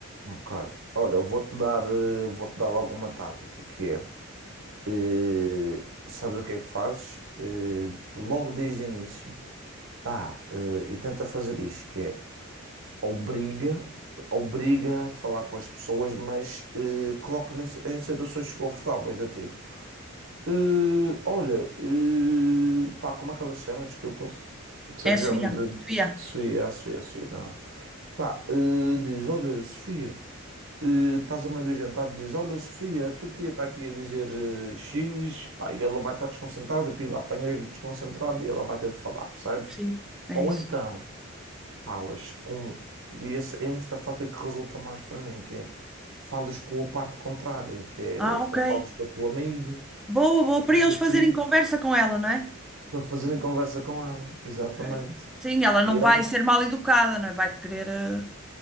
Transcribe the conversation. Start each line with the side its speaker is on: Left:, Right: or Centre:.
Right: Ok. Olha, eu vou-te dar, eh, vou-te dar logo uma tática que é, eh, sabes o que é que fazes? Eh, logo desde o início, pá, eh, e tenta fazer isto, que é obriga, obriga a falar com as pessoas, mas eh, coloca nesse- em situações desconfortáveis do tipo, eh, olha, eh, pá, como é que ela se chama? Desculpa, sei
Centre: É a
Right: que já
Centre: Sofia.
Right: me de- de
Centre: Sofia.
Right: Sofia, é a Sofia, a Sofia, não é? Pá, eh, diz, olha, Sofia. eh, estás a meio do jantar e dizes: Olha, Sofia, a tua tia está aqui a dizer eh, X, pá, e ela vai estar desconcentrada, pimba, apanhas-lhe desconcentrado e ela vai ter de falar, percebes?
Centre: Sim, é
Right: Ou
Centre: isso.
Right: então falas com. E esse- esta tática que resulta mais para mim, que é falas com a parte contrária, que é
Centre: Ah, ok.
Right: ou falas com o teu amigo
Centre: Boa, boa,
Right: ou com
Centre: para
Right: o
Centre: eles
Right: teu
Centre: fazerem
Right: tio
Centre: conversa com ela, não é?
Right: para fazerem conversa com ela, exatamente.
Centre: Ok. Sim, ela não
Right: E ela,
Centre: vai ser mal educada, não é? Vai querer eh,